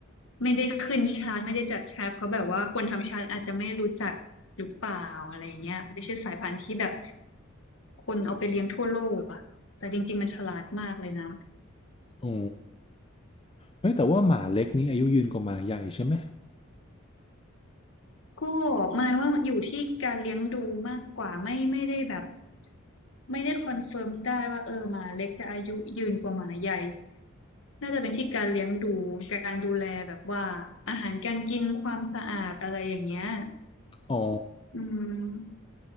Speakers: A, on the left; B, on the left.
A: ไม่ได้ขึ้นชาร์ตไม่ได้จัดชาร์ตเพราะแบบว่าคนทำชาร์ตอาจจะไม่รู้จักหรือเปล่าอะไรเงี้ยไม่ใช่สายพันธุ์ที่แบบคนเอาไปเลี้ยงทั่วโลกอะแต่จริงๆมันฉลาดมากเลยนะ
B: อ๋อเฮ้ยแต่ว่าหมาเล็กนี้อายุยืนกว่าหมาใหญ่ใช่ไหม
A: ก็หมายว่าอยู่ที่การเลี้ยงดูมากกว่าไม่ไม่ได้แบบไม่ได้คอนเฟิร์มได้ว่าเออหมาเล็กจะอายุยืนกว่าหมาใหญ่ น่าจะเป็นที่การเลี้ยงดูการดูแลแบบว่าอาหารการกินความสะอาดอะไรอย่างเงี้ย
B: อ๋อ
A: อืม